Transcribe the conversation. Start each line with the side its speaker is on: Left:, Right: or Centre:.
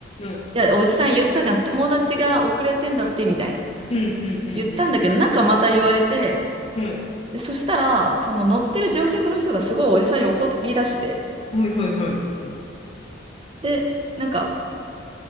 Left: はい。
Right: いや、おじさん言ったじゃん、友達が遅れてんだって、みたいな。
Left: うんうん
Right: 言ったんだけど、なんかまた言われて、
Left: うんうん。はい。
Right: で、そしたら、その乗ってる乗客の人がすごいおじさんに怒り出して、
Left: はいはいはい。
Right: で、なんか、